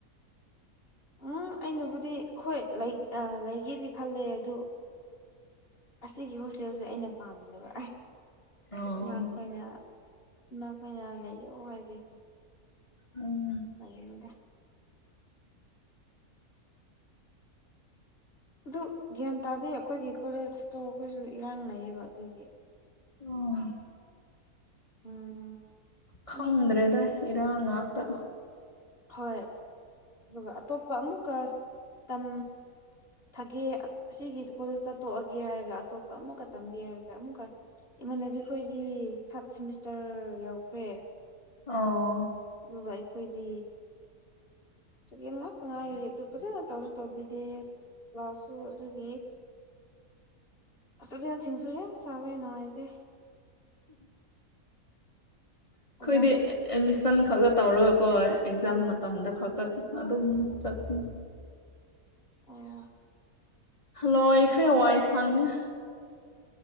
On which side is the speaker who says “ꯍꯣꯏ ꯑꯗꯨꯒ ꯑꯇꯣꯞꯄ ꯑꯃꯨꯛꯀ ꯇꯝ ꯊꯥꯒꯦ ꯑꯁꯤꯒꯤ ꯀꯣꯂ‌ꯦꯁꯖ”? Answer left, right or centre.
Left